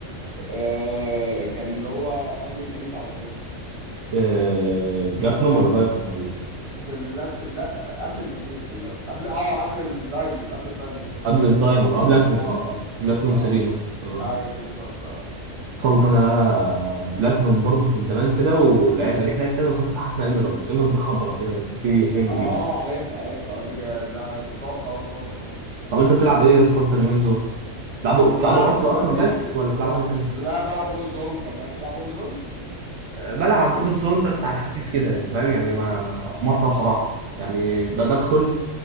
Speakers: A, on the right (about 25°); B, on the right (about 75°).
A: آه كان اللي هو قبل الاليت على طول
B: آه... بلاتنوم
A: جولد
B: ولا دايموند ولا
A: باللات لا قبل الاليت اللي هو- قبل اه قبل الدايموند قبل الدايموند سوري
B: قبل الدايموند اه بلاتنوم
A: اه
B: اه
A: اه
B: بلاتنوم
A: اه
B: 3 مثلا اه
A: ايوه بالظبط اه
B: وصلت انا بقى بلاتنوم برضه من زمان كده ورجعت لعبت تاني وصلت حاجه اسمها ايميرالد ايميرالد دي خضرا كده لسه في حاجه جديده
A: اه عارفها عارفها آه، دي جا- ده مستوى قوي برضه
B: طب انت بتلعب ايه يا اسطى انت اليومين دول بتلعبوا
A: آه.
B: بتلعبوا
A: بلعب
B: ارك
A: دلوقتي
B: اصلا بس ولا بتلعبوا حاجه تانية
A: لا بلعب وور زون كمان بتلعب وور زون
B: أه، بلعب
A: كول اوف ديوتي
B: وور زون بس على خفيف كده يعني فاهم يعني ما حمار فيها بصراحه يعني ب- بدخل